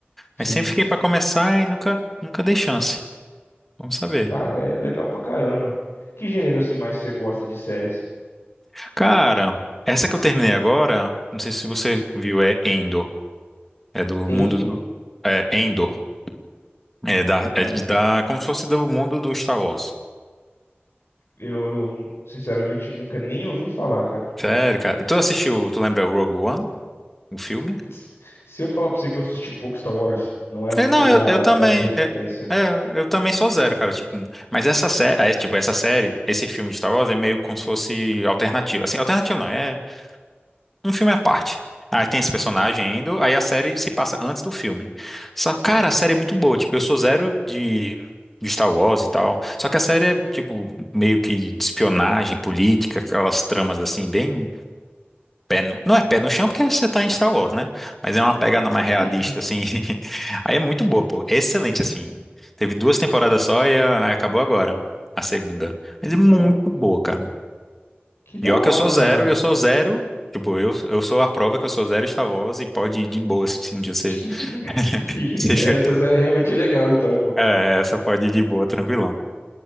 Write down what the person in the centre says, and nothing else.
Aí
sempre fiquei pra começar e nunca, nunca dei chance. Vamos saber.
Cara, essa que eu terminei agora, não sei se você viu, é Endor. É do mundo
do, é Endor. É da,
é de- da, como se fosse do mundo do Star Wars.
Sério, cara. Tu assistiu, tu lembra o Rogue One, o filme?
É, não,
eu, eu também.
É,
é, eu também sou zero, cara. Tipo, mas essa série, é, tipo, essa série, esse filme de Star Wars é meio como se fosse alternativo. Assim, alternativo não, é um filme à parte. Aí tem esse personagem
indo, aí a série se passa antes do filme. Só, cara, a série é muito boa. Tipo, eu sou zero de, de Star Wars e tal. Só que a série é, tipo, meio que de espionagem, política, aquelas tramas assim, bem pé no- não é pé no chão porque você tá em Star Wars, né? Mas é uma pegada mais realista,
assim. <laughs> Aí é muito boa, pô. É Excelente, assim. Teve duas temporadas só e a- acabou agora, a segunda. Mas é muito
boa, cara.
E ó
que eu sou
zero, eu sou zero. Tipo, eu, eu sou a prova que eu sou zero Star Wars e pode ir de boa, assim, se um dia você...
<laughs> você-
É, essa pode ir de boa, tranquilão.